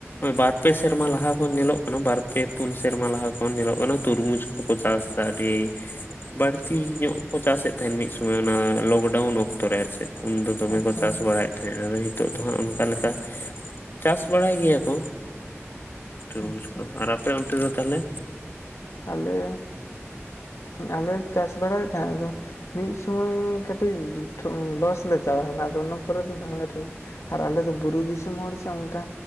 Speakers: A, on the left; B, on the left.
A: ᱵᱟᱨ ᱯᱮ ᱥᱮᱨᱢᱟ ᱞᱟᱦᱟ ᱠᱷᱚᱱ ᱧᱮᱞᱚᱜ ᱠᱟᱱᱟ ᱵᱟᱨ ᱯᱮ ᱯᱩᱱ ᱥᱮᱨᱢᱟ ᱞᱟᱦᱟ ᱠᱷᱚᱱ ᱧᱮᱞᱚᱜ ᱠᱟᱱᱟ ᱛᱩᱨᱢᱩᱡᱽ ᱠᱚᱠᱚ ᱪᱟᱥ ᱫᱟ ᱟᱹᱰᱤ ᱵᱟᱹᱲᱛᱤ ᱧᱚᱜ ᱠᱚ ᱪᱟᱥᱮᱫ ᱛᱟᱦᱮᱸᱱ ᱢᱤᱫ ᱥᱩᱢᱟᱹᱭ ᱚᱱᱟ ᱞᱚᱠᱰᱟᱣᱩᱱ ᱚᱠᱛᱚ ᱨᱮ ᱟᱨ ᱪᱮᱫ ᱩᱱᱫᱚ ᱫᱚᱢᱮ
B: ᱟᱪᱪᱷᱟ
A: ᱠᱚ ᱪᱟᱥ
B: ᱦᱮᱸ
A: ᱵᱟᱲᱟᱭᱮᱫ ᱟᱫᱚ ᱦᱤᱛᱳᱜ ᱫᱚ ᱦᱟᱸᱜ ᱚᱱᱠᱟ ᱞᱮᱠᱟ ᱪᱟᱥ ᱵᱟᱲᱟᱭ ᱜᱮᱭᱟ ᱠᱚ ᱛᱩᱨᱢᱩᱡᱽ
B: ᱟᱪᱪᱷᱟ
A: ᱠᱚ᱾ ᱟᱨ ᱟᱯᱮ ᱚᱱᱛᱮ ᱫᱚ ᱛᱟᱦᱞᱮ?
B: ᱟᱞᱮ ᱟᱞᱮ ᱪᱟᱥ ᱵᱟᱲᱟᱭᱮᱫ ᱛᱟᱦᱮᱸᱫ ᱟᱫᱚ ᱢᱤᱫ ᱥᱩᱢᱟᱹᱭ ᱠᱟᱹᱴᱤᱡ ᱞᱚᱥ ᱞᱮ ᱪᱟᱞᱟᱣᱮᱱᱟ ᱟᱫᱚ ᱚᱱᱟ ᱯᱚᱨᱮ ᱫᱚ ᱵᱟᱝᱞᱮ <unintelligible> ᱟᱨ ᱟᱞᱮ ᱫᱚ ᱵᱩᱨᱩ ᱫᱤᱥᱚᱢ ᱦᱚᱲ ᱥᱮ ᱚᱱᱠᱟ